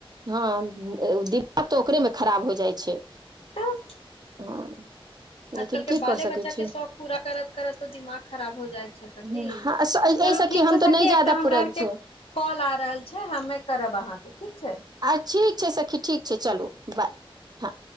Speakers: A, on the right; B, on the left.
A: हँ उ-दि आब तऽ ओकरेमे खराब हो जाइ छै
B: तऽ
A: हँ लेकिन
B: आजकल के
A: की
B: बाले
A: कर
B: बच्चा
A: सकै
B: के
A: छी
B: शौख पूरा करऽत करऽत दिमाग खराब हो जाइ छै सखी
A: हँ
B: चलू
A: ए सखी
B: ठीक
A: हम
B: छै
A: तऽ
B: सखी
A: नहि
B: एकटा
A: जादा
B: हमरा
A: पूरब
B: आरके
A: छै
B: कॉल आ रहल छै हमे करब अहाँके ठीक छै
A: अछि छै सखी ठीक छै
B: चलू
A: चलु बाय हँ